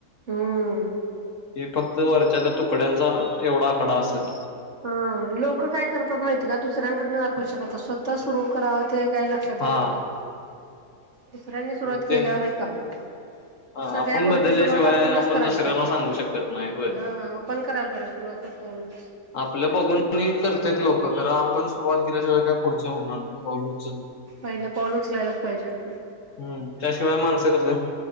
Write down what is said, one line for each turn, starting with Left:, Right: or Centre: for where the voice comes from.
Right: हम्म
Left: ही फक्त वरच्या त्या तुकड्यांचा एवढा आकडा असेल.
Right: अ लोक काय करतात माहितीय का दुसऱ्यांकडन अपेक्षा करतात स्वतः सुरु करावं ते काय लक्षात
Left: हा
Right: घेत नाही दुसऱ्यांनी सुरुवात
Left: मग
Right: केल्यावर
Left: ते
Right: हे करणार.
Left: हा
Right: सगळ्या
Left: आपण
Right: गोष्टी
Left: बदलल्याशिवाय
Right: सुरुवात आपणच
Left: आपण
Right: करायला
Left: दुसऱ्याला
Right: पाहिजे
Left: सांगू शकत नाही होय
Right: ह आपण करायला पाहिजे. सुरुवात <unintelligible>
Left: आपलं बघून आणि करतात लोक कारण आपण सुरुवात केल्याच्या वे काय पुढचं होणार नाही पाऊल उचललं
Right: पहिला पाऊलच उचलायला पाहिजे आपण.
Left: हम्म त्याशिवाय माणसं कसं